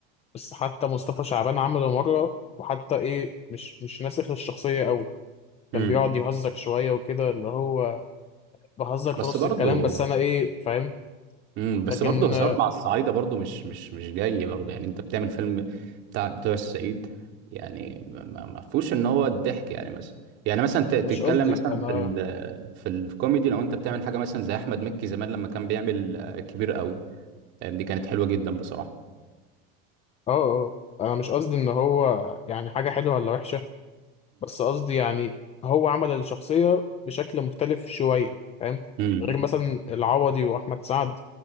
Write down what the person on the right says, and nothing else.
امم
بس
برضو
امم بس
برضو هزار
مع الصعايده برضو مش مش مش جاي برضو يعني انت بتعمل فيلم بتاع بتوع الصعيد يعني ما ما- ما فيهوش ان هو الضحك يعني مثلا يعني مثلا ت- تتكلم
مثلا
في
ال في الكوميدي لو انت بتعمل حاجه مثلا زي احمد مكي زمان لما كان بيعمل آه، كبير قوي آه، دي كانت حلوه جدا بصراحه
امم